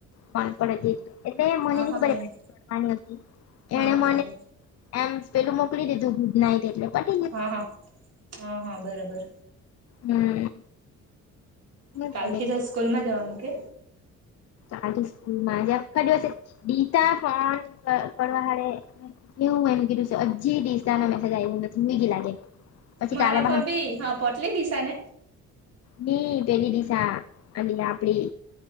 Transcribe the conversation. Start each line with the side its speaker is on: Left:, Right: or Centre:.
Left: પે એટલે મને
Right: હા
Left: ન
Right: હા
Left: ખબરડવાની
Right: કઈ નઈ
Left: હતી
Right: હા
Left: એને
Right: હા
Left: મને.
Right: બર
Left: એમ પેલું મોકલી દીધું ગુજ નાય એટલે પટી
Right: હા હા હા હા બરાબર
Left: હમ. ની
Right: કાલ
Left: પડે
Right: થી તો સ્કૂલમાં જવાનું કે
Left: આજ સ્કૂલમાંજ આખા દિવસેતા ફોન કરવા હડે. એ હું એમ કીધું છે હજી દિશ ન મેસેજ આવ્યો નથી મેગી લાગે. પછી
Right: મરાભ
Left: કાલે બહાના
Right: બ હા પટલી દશને.
Left: પેની દિશા અને આપડી.